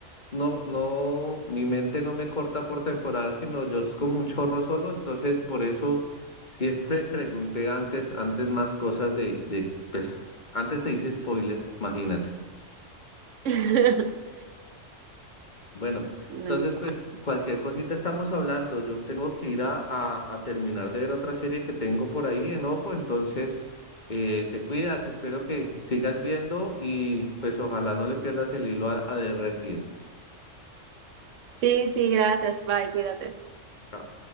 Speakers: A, on the left; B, on the right.
A: no, no, mi mente no me corta por temporada, sino yo es como un chorro solo, entonces por eso siempre <laughs> pregunté antes, antes más cosas de, de, pues, antes te hice spoiler, imagínate.
B: <laughs>
A: Bueno,
B: No
A: entonces
B: importa.
A: pues cualquier cosita estamos hablando. Yo tengo que ir a, a- a terminar de ver otra serie que tengo por ahí en ojo, entonces eh, te cuidas, espero que sigas viendo y pues ojalá no le pierdas el hilo a, a The Resident.
B: Sí, sí, gracias. Bye, cuídate.
A: Chao.